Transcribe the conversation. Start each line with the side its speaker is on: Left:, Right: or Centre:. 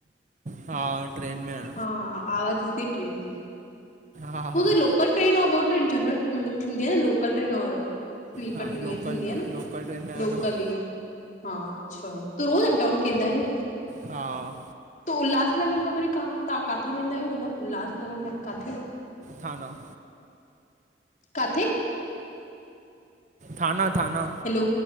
Right: हा, ट्रेन में आहियां।
Left: हा आवाज़ अचे थी ट्रेन जी। तूं
Right: हा हा
Left: त लोकल ट्रेन और ट्रेन मतिलबु थींदो आहे न लोकल ट्रेन स्लीपर
Right: हा
Left: ट्रेन हीअं
Right: लोकल
Left: थींदी आहे
Right: लो,
Left: न
Right: लोकल ट्रेन में आहियां
Left: लोकल
Right: न मां
Left: जी हा, अच्छा त रोज़ अप डाउन केदां आहियो?
Right: हा।
Left: त उल्हासनगर खां वरी कां तव्हां काथां वेंदा आहियो मतिलबु उल्हासनगर खां काथे?
Right: थाना।
Left: काथे?
Right: थाना-थाना।
Left: हैलो!